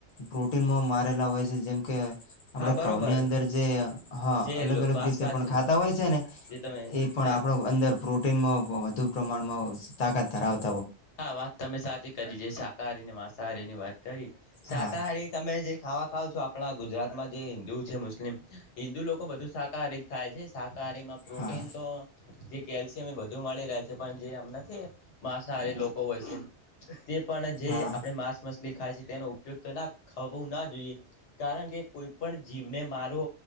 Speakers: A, on the left (about 40°); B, on the left (about 80°).
A: પ્રોટીનમાં મારેલા હોય છે જેમ કે આપડે
B: હા બરોબર
A: કઉની અંદર જે હા,
B: જે
A: અલગ અલગ
B: વાત
A: રીતે
B: સાચી
A: પણ ખાતા હોય છેને
B: જે તમે
A: એ પણ
B: સા
A: આપણો અંદર પ્રોટીનમાં વધુ પ્રમાણમાં તાકાત ધરાવ
B: હા, વાત તમે સાચી કરી છે શાકાહારીને માંસાહારીની વાત કરી શાકાહારી
A: હા
B: તમે જે ખાવા ખાવ છો આપડા ગુજરાતમાં જે હિન્દુ છે મુસ હિન્દુ લોકો બધુ શાકાહારી જ ખાય છે શાકાહારીમાં પ્રોટીન
A: હા
B: તો જે કેલ્શિયમ બધું મળી રહે છે પણ જે એમ નથી માંસાહારી લોકો હોય છે તે પણ જે
A: હા
B: આપડે માંસ મછલી ખાય છે તેનો ઉપયોક્તના ખવુંના જોઈએ કારણ કે કોઈ પણ જીવને મારો